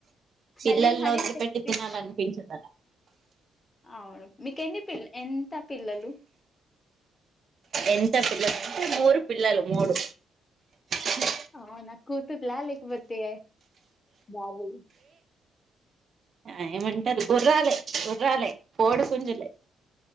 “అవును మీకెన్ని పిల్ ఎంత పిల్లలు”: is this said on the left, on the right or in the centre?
Left